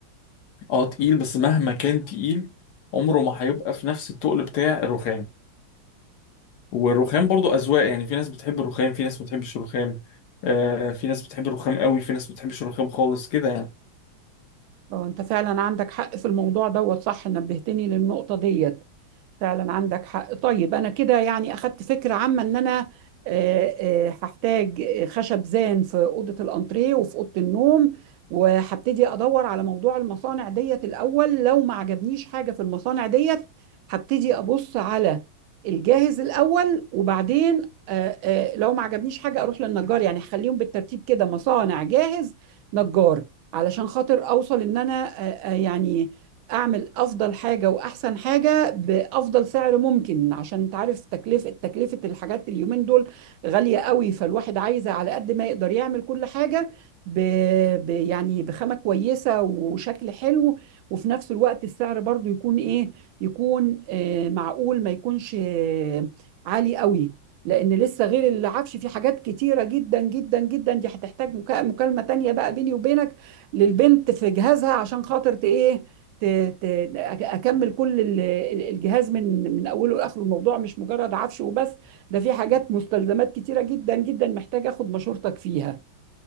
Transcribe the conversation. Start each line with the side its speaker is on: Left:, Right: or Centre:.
Left: اه تقيل بس مهما كان تقيل عمره ما هيبقى في نفس التقل بتاع الرخام والرخام برضو أذواق يعني في ناس بتحب الرخام في ناس ما بتحبش الرخام آه في ناس بتحب الرخام قوي في ناس ما بتحبش الرخام خالص كده يعني
Right: اه انت فعلا عندك حق في الموضوع دوت صح نبهتني للنقطه ديت فعلا عندك حق طيب انا كده يعني اخدت فكره عامه ان انا آه، آه، هحتاج خشب زان في اوضه الانتريه وفي اوضه النوم وهبتدي ادور على موضوع المصانع ديت الاول لو ما عجبنيش حاجه في المصانع ديت هبتدي ابص على الجاهز الاول وبعدين آه، آه، لو ما عجبنيش حاجه اروح للنجار يعني هخليهم بالترتيب كده مصانع جاهز نجار علشان خاطر اوصل ان انا آه، آه، يعني اعمل افضل حاجه واحسن حاجه بيها بافضل سعر ممكن عشان انت عارف تكلفه تكلفه الحاجات اليومين دول غاليه قوي فالواحد عايز على قد ما يقدر يعمل كل حاجه ب... ب... يعني بخامه كويسه وشكل حلو وفي نفس الوقت السعر برضو يكون ايه يكون آه معقول ما يكونش آه عالي قوي لان لسه غير العفش في حاجات كتيره جدا جدا جدا دي هتحتاج مكا- مكالمه تانية بقى بيني وبينك للبنت في جهازها عشان خاطر ت- ايه ت- ت- أك- اكمل كل ال- ال- الجهاز من من اوله لاخره الموضوع مش مجرد عفش وبس ده في حاجات مستلزمات كتيره جدا جدا محتاج اخد مشورتك فيها